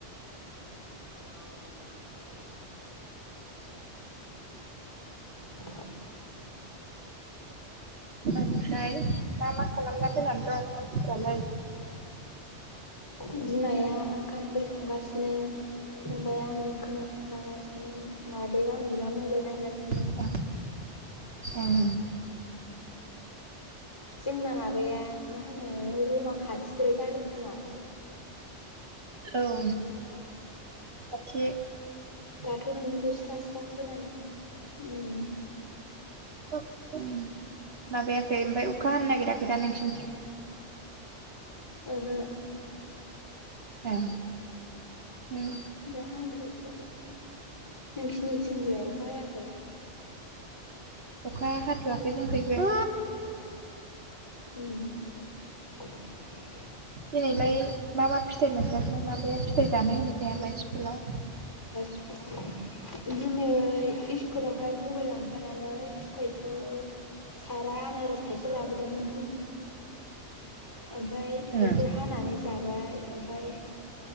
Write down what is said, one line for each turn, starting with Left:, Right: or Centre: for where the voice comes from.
Left: <unintelligible> <inaudible>
Right: ओमफ्राय मा मा खालामना फैनानै दं मानसिफ्रालाय।
Left: बिमाया ओंखाम ओंख्रि संगासिनो। फंबाया आंजों खोनासंफागासिनो मादैया उन्दुना मबाइल नायगासि
Right: ए ओं।
Left: जोंना माबाया। मा होनो रुमा खाथिदलाय जादों खोमा।
Right: औ अके।
Left: दाथ' नोंनिखौ स्रा स्रा खोनादों उम।
Right: उम माबायाखै ओमफ्राय अखा हानो नागिर नागिरा नोंसिनिथिं?
Left: ओहो
Right: ओ, उम।
Left: दाहोन नोंखिनिथिंलाय अखा हायाखै?
Right: अखा हाथ'वाखै जोंखैजाय।
Left: उम।
Right: दिनैलाय मा मा फिथाइ मोनजाखोन माबाया फिथायाइ जानो होननायालाय स्कुलाव?
Left: बिदिनो। स्कुलावहाय मबाइल लांफानानै फिथाइखौ सारा आनारस थाइसे लाबोदोंमोन। ओमफ्राय
Right: ओ,
Left: बेखौ हानानै जाबाय ओमफाय।